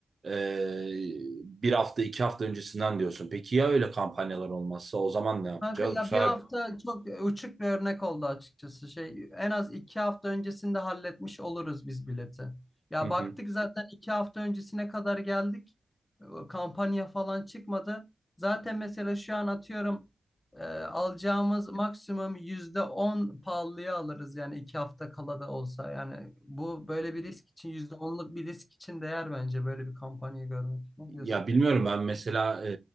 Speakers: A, on the right; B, on the left.
A: eee, bir hafta iki hafta öncesinden diyorsun. Peki ya öyle kampanyalar olmazsa o zaman ne yapacağız?
B: Kanka ya
A: Bu sefer
B: bir hafta çok uçuk bir örnek oldu açıkçası. Şey en az iki hafta öncesinde halletmiş oluruz biz bileti. Ya
A: Hı hı.
B: baktık zaten iki hafta öncesine kadar geldik. E, Kampanya falan çıkmadı. Zaten mesela şu an atıyorum e, alacağımız maksimum yüzde on pahalıya alırız yani iki hafta kala da olsa. Yani bu böyle bir risk için yüzde onluk bir risk için değer bence böyle bir kampanya görmek. Ne diyorsun?
A: ya bilmiyorum ben mesela eee,